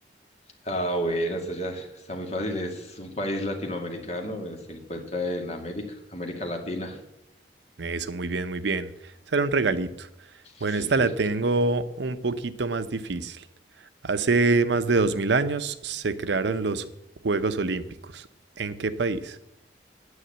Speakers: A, on the left; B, on the right.
A: Ah, bueno, esto ya está muy fácil. Es un país latinoamericano, eh, se encuentra en América, América Latina.
B: Eso, muy bien, muy bien. Será un regalito. Bueno,
A: Sí,
B: esta
A: sí.
B: la tengo un poquito más difícil. Hace más de 2000 años se crearon los Juegos Olímpicos. ¿En qué país?